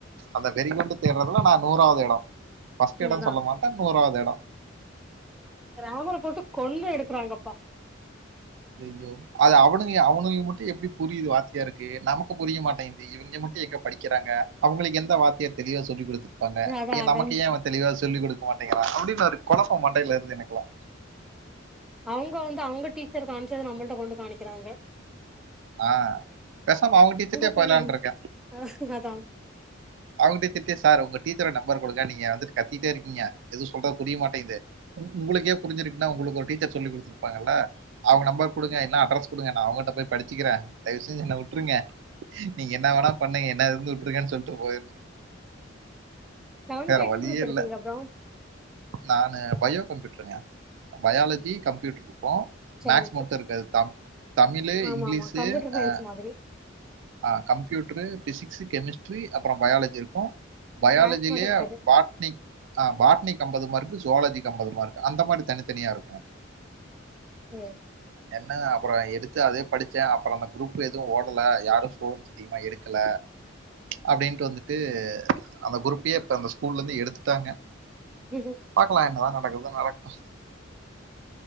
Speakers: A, on the right; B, in the centre.
A: அந்தவெறி கொண்டு தேட்றதுல நா நூறாவது எடோ ஃபஸ்ட் எடோ
B: அதா
A: சொல்ல மாட்டே நூறாவது எடோ
B: க்ராமர போட்டு கொன்னு எடுக்குறாங்கப்பா
A: ய்யோ அது அவனுங்க அவனுங்கெ மட்டு எப்டி புரியிது வாத்தியாருக்கு நமக்கு புரிய மாட்டேன்து இவங்க மட்டு எங்க படிக்கிறாங்க அவுங்களுக்கு எந்த வாத்தியார் தெளிவா சொல்லி குடுத்துரு ப்பாங்க
B: அதா
A: ஏ
B: அதா
A: நமக்கு ஏ அவ தெளிவா சொல்லிக குடுக்க மாட்டேங்குறா அப்டின்னு ஒரு கொழப்பம் மண்டையில வருது எனக்குலா
B: அவங்க வந்து அவங்க டீச்சர் காணிச்சதை நம்மள்ட கொண்டு காணிக்கிறாங்க
A: ஆ பெசாம அவங்க டீச்சட்டே
B: உக்காந்து
A: போயலான்ருக்கே
B: அதா
A: அவங்க டித்திக்கே சார் உங்க டீத்தர் நம்பரு குடுங்க நீங்க வந்துட்டு கத்திட்டே இருக்கீங்க எதும் சொல்றது புரிய மாட்டேங்குது அது உங்களுக்கே புரிஞ்சிருக்குன்னா உங்களுக்கு ஒரு டீச்சர் சொல்லி குடுத்துருப்பாங்கல்ல அவுங்க நம்பர் குடுங்க இன்னா அட்ரஸ் குடுங்க நா அவுங்கள்ட்ட போய் படிச்சுக்கிறே தயவுசெஞ்சு என்ன விட்றுங்க நீங்க என்ன வேணா பண்ணுங்க என்ன இருந்து வுட்ருங்க சொல்ட்டு போயிருனு
B: லெவன்த்ல
A: வேற
B: என்ன
A: வழியே
B: குரூப் எடுத்தீங்க
A: இல்ல
B: அப்றோ
A: நானு பயோ கம்ப்யூட்டருங்க பயாலஜி கம்ப்யூட்டர் இருக்கு
B: சயின்ஸ்
A: மேக்ஸ் மட்டு இருக்காது த தமிழு
B: ஆமா
A: இங்கிலீஷு
B: ஆமா கம்ப்யூட்டர் சயின்ஸ்
A: அ
B: மாதிரி
A: ஆ கம்ப்யூடரு பிசிக்ஸ் கெமிஸ்ட்ரி அப்றோ பயாலஜி இருக்கு பயாலஜிலயே
B: மேக்ஸ் மட்டு இருக்காது
A: பாட் னி ஆ பாட்னி்க்கி அம்பதுமார்கு சுவாலஜிக்கி அம்பதுமார்க்கு அந்த மாரி தனித்தனியா இருக்கு
B: சேர்
A: என்னங்க அப்றோ எடுத்து அதே படிச்சே அப்றோ அந்த குரூப் எதுவு ஓடல யாரு சொ அதிகமா எடுக்கல அப்டின்ட்டு வந்துட்டு அந்த குரூப்பையே இப்ப அந்த ஸ்கூல்ல இருந்து எடுத்துட்டாங்க
B: <unintelligible>
A: பாக்கலா என்னதா நடக்குதுனு நடக்கட்டு